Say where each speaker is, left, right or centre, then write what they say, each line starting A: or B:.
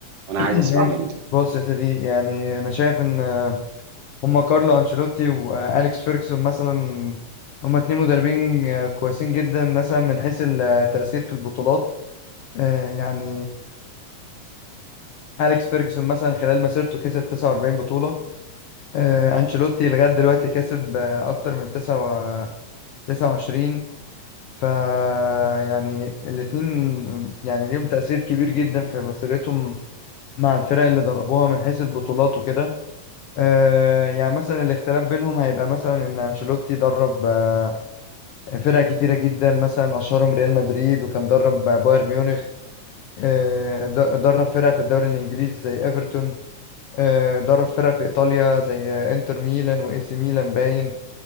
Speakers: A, on the right (about 70°); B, on the left (about 70°).
A: وانا
B: <clears throat>
A: عايز
B: ماشي
A: اسمع منك
B: بص يا سيدي يعني انا شايف ان آه، هما كارلو انشيلوتي واليكس فيرجسون مثلا هما اتنين مدربين آه، كويسين جدا مثلا من حيث التأثير في البطولات آه، يعني آه، اليكس فيرجسون مثلا خلال مسيرته كسب 49 بطولة آه، انشيلوتي لغاية دلوقتي كسب آه، اكتر من 29 ف يعني الاتنين يعني ليهم تأثير كبير جدا في مسيرتهم مع الفرق اللي دربوها من حيث البطولات وكده آه يعني مثلا الاختلاف بينهم هيبقى مثلا ان انشيلوتي درب آه فرق كتيره جدا مثلا اشهرهم ريال مدريد وكان درب آه، بايرن ميونخ آه د- درب فرق في الدوري الانجليزي زي ايفرتون آه درب فرق في ايطاليا زي آه، انتر ميلان واي سي ميلان باين